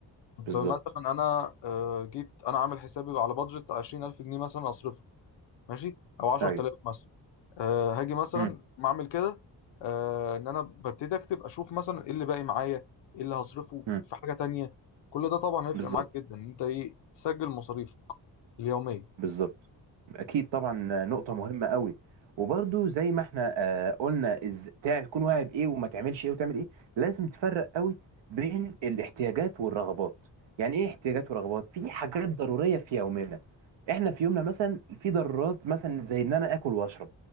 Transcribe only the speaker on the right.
بالظبط
ايوه
امم
امم
بالظبط
بالظبط اكيد طبعا نقطه مهمه قوي وبرده زي ما احنا آه، قلنا از تع- تكون واعي بايه وما تعملش ايه وتعمل ايه لازم تفرق قوي بين الاحتياجات والرغبات يعني ايه احتياجات ورغبات في حاجات ضروريه في يومنا احنا في يومنا مثلا في ضرورات مثلا زي ان انا اكل واشرب